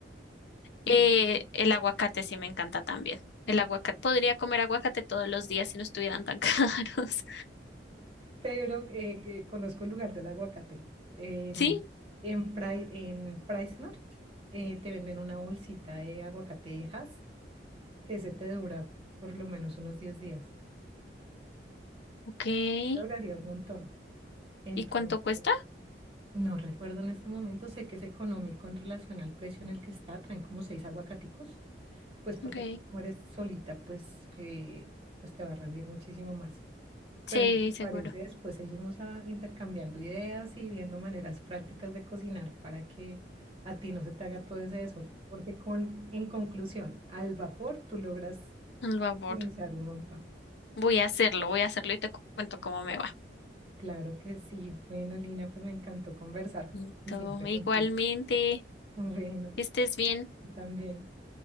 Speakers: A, on the right (about 35°); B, on the left (about 70°).
A: Sí.
B: Eh, el aguacate sí me encanta también. El aguacate. Podría comer aguacate todos los días si no estuvieran tan <laughs> caros.
A: pero eh, que conozco el lugar del aguacate. Em,
B: ¿Sí?
A: en, Pri- en PriceMart eh, te venden una bolsita de aguacate aguacatejas que se te dura por lo menos unos 10 días.
B: Ok. ¿Y
A: Te duraría un montón. Entonces,
B: cuánto cuesta?
A: no recuerdo en este momento, sé que es económico en relación al precio en el que está, traen como seis aguacaticos, pues porque
B: Ok.
A: tú como eres solita, pues que pues te va a rendir muchísimo más. Pero
B: Sí,
A: si te
B: seguro.
A: parece, después seguimos ah, intercambiando ideas y viendo maneras prácticas de cocinar para que a ti no se te haga todo ese desorden. Porque con, en conclusión, al vapor tú logras
B: Al vapor.
A: optimizar un montón.
B: Voy a hacerlo, voy a hacerlo y te cu- cuento cómo me va.
A: Claro que sí. Bueno, Lina, pues me encantó conversar,
B: Listo.
A: como siempre,
B: Igualmente,
A: contigo. <laughs> Bueno,
B: que estés bien.
A: tú también.